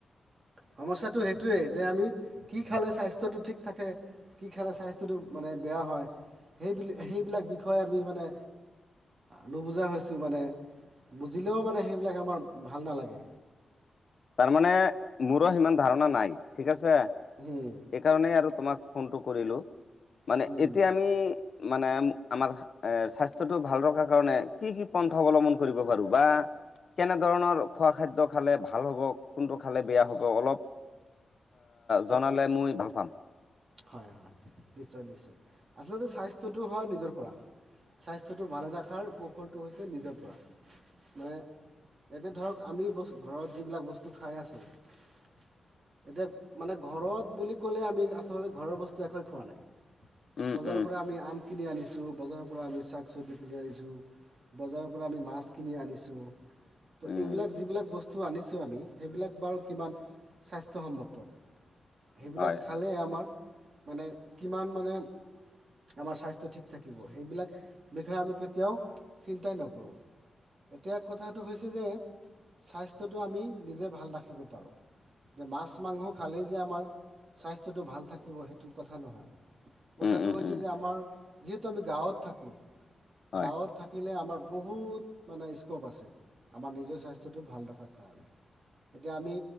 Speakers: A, on the right; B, on the left.
A: সমস্যাটো সেইটোৱেই যে আমি কি খালে স্বাস্থ্যটো ঠিক থাকে? কি খালে স্বাস্থ্যটো মানে বেয়া হয়। সেইব- সেইবিলাক বিষয়ে আমি মানে নুবুজা হৈছোঁ। মানে বুজিলেও মানে সেইবিলাক আমাৰ ভাল নালাগে।
B: তাৰমানে মোৰো সিমান ধাৰণা নাই, ঠিক আছে।
A: হম।
B: সেইকাৰণেই আৰু তোমাক ফোনটো কৰিলোঁ মানে
A: হুম
B: এতিয়া আমি মানে আমাৰ এ স্বাস্থ্যটো ভাল ৰখাৰ কাৰণে কি কি পন্থা অৱলম্বন কৰিব পাৰো বা কেনে ধৰণৰ খোৱা খাদ্য খালে ভাল হ'ব, কোনটো খালে বেয়া হ'ব, অলপ
A: প-
B: জনালে মই ভাল পাম।
A: হয়, হয়, নিশ্চয়- নিশ্চয়, আচলতে স্বাস্থ্যটো হয় নিজৰ পৰা স্বাস্থ্যটো ভালে ৰখাৰ কৌশলটো হৈছে। নিজৰ পৰা মানে এয়াতে ধৰক আমি ঘৰত যিবিলাক বস্তু খাই আছোঁ এতিয়া মানে ঘৰত বুলি ক'লে আমি আচলতে ঘৰৰ বস্তু একোৱেই খোৱা নাই।
B: উম
A: বজাৰৰ
B: উম
A: পৰা আমি আম কিনি আনিছোঁ, বজাৰৰ পৰা আমি শাক- চব্জি কিনি আনিছোঁ। বজাৰৰ পৰা আমি মাছ কিনি আনিছোঁ, ত'
B: উম
A: এইবিলাক যিলাক বস্তু বস্তু আনিছোঁ আমি সেইবিলাক বাৰু কিমান স্বাস্থ্যসন্মত। সেইবিলাক
B: হয়
A: খালেই
B: হয়
A: আমাৰ মানে কিমান মানে আমাৰ স্বাস্থ্য ঠিক থাকিব, সেইবিলাক বিষয়ে আমি কেতিয়াও চিন্তাই নকৰোঁ। এতিয়া কথাটো হৈছে যে স্বাস্থ্যটো আমি নিজে ভাল ৰাখিব পাৰোঁ। মাছ মাংস খালেই যে আমাৰ স্বাস্থ্যটো ভাল থাকে থাকিব সেইটো কথা নহয়, কথাটো
B: উম, উম,
A: হৈছে
B: উম,
A: যে আমাৰ যিহেতু আমি গাঁৱত থাকোঁ।
B: হয়।
A: গাঁৱত থাকিলে আমাৰ বহুত মানে স্কপ আছে আমাৰ নিজৰ স্বাস্থ্যটো ভাল ৰখাৰ কাৰণে। এতিয়া আমি